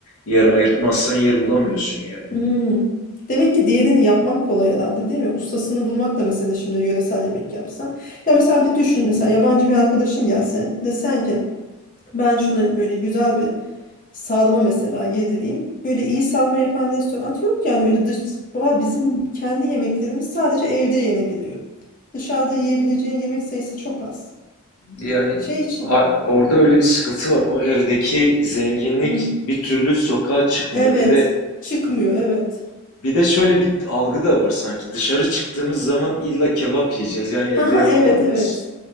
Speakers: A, on the left; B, on the left.
A: yer ayırtmazsan yer bulamıyorsun yani.
B: Hmm. Demek ki diğerini yapmak kolay herhalde değil mi? Ustasını bulmak da mesela şimdi yöresel yemek yapsan. Ya mesela bir düşün mesela yabancı bir arkadaşın gelse desen ki ben şunu böyle güzel bir sarma mesela yedireyim. Böyle iyi sarma yapan restoran yok yani öyle dış, Baba bizim kendi yemeklerimiz sadece evde yenebiliyor. Dışarıda yiyebileceğin yemek sayısı çok az.
A: Yani
B: Şey için
A: a- orada öyle bir sıkıntı var. O evdeki zenginlik
B: Hı,
A: bir türlü sokağa çıkmıyor.
B: evet
A: Bir de
B: çıkmıyor evet.
A: bir de şöyle bir algı da var sanki. Dışarı çıktığımız zaman illa kebap yiyeceğiz. Yani evde
B: Ha ha
A: yapamadığımız.
B: evet evet.